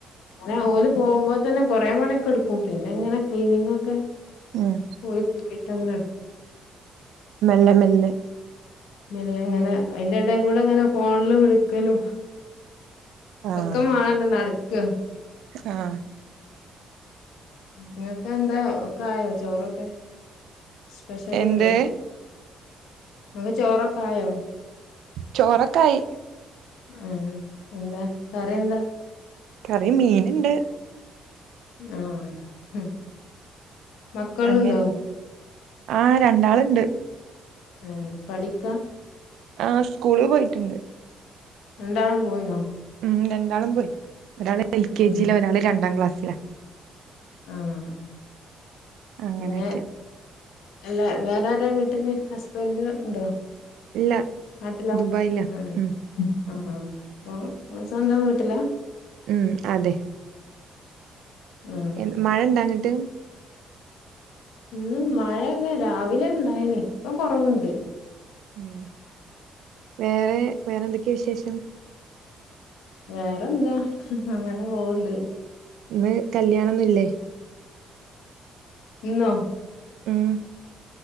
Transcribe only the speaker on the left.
അങ്ങനെ ഓല് പോകുമ്പോ തന്നെ കൊറെ പണിക്കെ എടുക്കും പിന്നെ എങ്ങനെക്ലീനിങ് ഒക്കെ
ഓരു പോയിട്ട് അങ്ങനെ
പിന്ന ഇങ്ങനെ അയിന്റെ ഇട കൂടെ ഇങ്ങനെ ഫോണിൽ വിളിക്കലും
ഒക്കെ മാണല്ലൊ നടക്ക
നിങ്ങക്ക് എന്താ ഒക്ക ആയോ ചോറൊക്കെ സ്പെഷ്യൽ
ഇണ്ടോ നിക്ക് ചോറൊക്കെ ആയോ
ആ എന്താ കറിയെന്താ
ആഹ് മക്കളുണ്ടോ
ആ പഠിക്കാ
രണ്ടാളും പോയിനോ
ഉം
ആഹ്
പിന്നെ അല്ല വേറെരാ വീട്ടില് ഹസ്ബന്റ് ഉണ്ടോ
നാട്ടില
ആഹ
ആഹ അപ്പം സ്വന്തം വീട്ടില
ആഹ്
ഇന്ന് മഴ അങ്ങെ രാവിലെ ഉണ്ടായിന ഇപ്പം കൊറവുണ്ട്
വേറെന്താ അങ്ങനെ പോവണ്ട്
ഇന്നോ